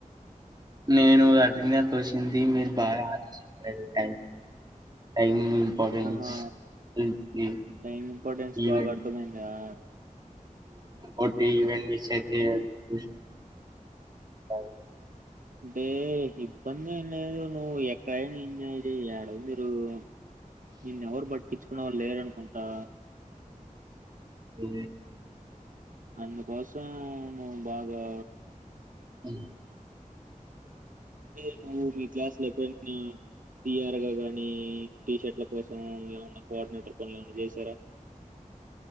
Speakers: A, on the right; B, on the right.
A: నేను అడిగిన క్వస్షన్ కి మీరు బాగా ఆన్సర్ చెప్పారు థ్యాంక్యూ టైమ్ ఇంపర్టెన్స్
B: ఆహా
A: ఏంటిది
B: టైం ఇంపార్టెన్స్
A: ఈవెన్
B: బాగా అర్థమైందా
A: ఒకటి ఈవెంట్ మిస్ అయితే <unintelligible>
B: అంటే ఇబ్బంది ఏం లేదు నువ్వు ఎక్కడైన ఎంజాయ్ చేయి యాడైన తిరుగు నిన్ను ఎవరు బట్టిచ్చుకునేవారు లేరనుకుంటా
A: అ
B: అందుకోసం నువ్వు బాగా
A: అ
B: రేపు మీ క్లాసులు <unintelligible> సిఆర్ గా కాని టీషర్ట్ల కోసం ఏమన్న కోఆర్డినేటర్ పనులు ఏమన్న చేశారా